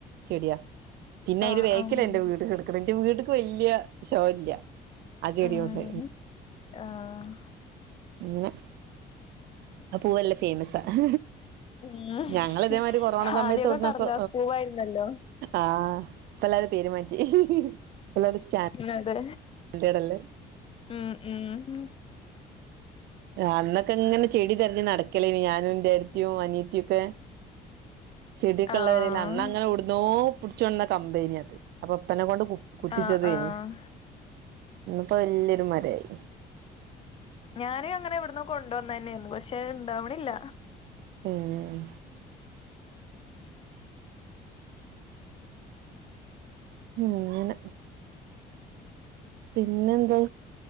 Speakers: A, on the right (about 75°); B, on the left (about 35°).
A: ചെടിയാ പിന്നെ
B: ആഹ്
A: അതിന് വേക്ക്ല ഇൻറെ
B: ഉം
A: വീട്കെടക്കണ എന്റെ വീട്ട്ക്ക് വല്യ ഷോ ഇല്ല ആ ചെടിയോണ്ട്
B: ഉം ആഹ്
A: ഇങ്ങനെ ആ പൂവെല്ലാ ഫേയ്മസ ആ
B: ഉം
A: ഞങ്ങള ഇതേമാതിരി കൊറോണ സമയത്ത്
B: ആദ്യൊക്കെ
A: ഒട്ന്നൊക്കെ
B: കടലാസ് പൂവായിരുന്നല്ലോ
A: ആഹ് ഇപ്പം എല്ലരും പേരുമാറ്റി <unintelligible>
B: മം അതെ
A: എന്റെടേല്ലേ
B: ഉം ഉം
A: അന്നൊക്കെ ഇങ്ങനെ ചെടി തിരഞ്ഞു നടക്കലേന് ഞാനും ഏടത്തി അനിയത്തി ഒക്കെ ചെടിയൊക്കെള്ളപെരേൽ
B: ആഹ്
A: അന്ന അങ്ങനെടു നോ പിടിച്ചൊണ്ടന്ന കമ്പേനി അത് അപ്പൊ ഉപ്പാനെ കൊണ്ട് കുത്തിച്ചതേനി
B: ആഹ് ആഹ്
A: ഇന്നിപ്പോ വല്യൊരു മരയായി
B: ഞാൻ അങ്ങനെ എവിടന്ന് കൊണ്ടവന്നെന്നാണ് പക്ഷെ ഇണ്ടാവണില്ല
A: ഉം ഉം ങ്ങനെ പിന്നെ എന്താ